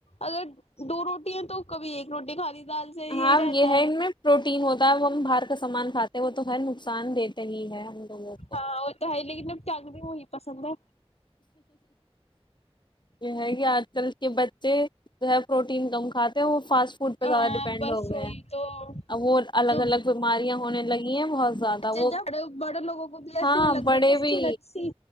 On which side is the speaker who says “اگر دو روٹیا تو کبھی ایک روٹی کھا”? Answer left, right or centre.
Left